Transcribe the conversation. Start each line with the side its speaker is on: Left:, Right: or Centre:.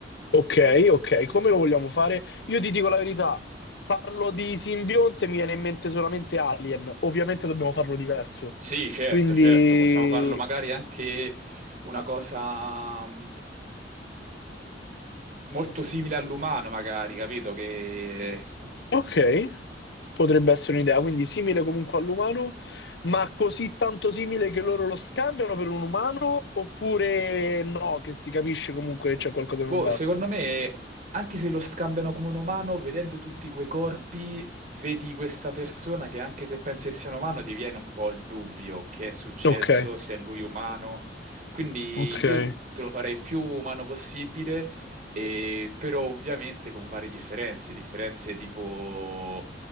Left: Ok, ok, come lo vogliamo fare? Io ti dico la verità. Parlo di simbionte, mi viene in mente solamente Alien. Ovviamente dobbiamo farlo diverso.
Right: Sì, certo,
Left: Quindi,
Right: certo, possiamo farlo magari anche una cosa mh, molto simile all'umano, magari, capito? Che
Left: ok. Potrebbe essere un'idea, quindi simile comunque all'umano, ma così tanto simile che loro lo scambiano per un umano, oppure no, che si capisce comunque che c'è qualcosa
Right: Boh,
Left: che non va.
Right: secondo me, anche se lo scambiano come un umano, vedendo tutti quei corpi, vedi questa persona che anche se pensi che sia un umano, ti viene un po' il dubbio che è successo,
Left: Ok,
Right: se è lui umano. Quindi
Left: ok.
Right: io te lo farei più umano possibile, e- però ovviamente con varie differenze, differenze tipo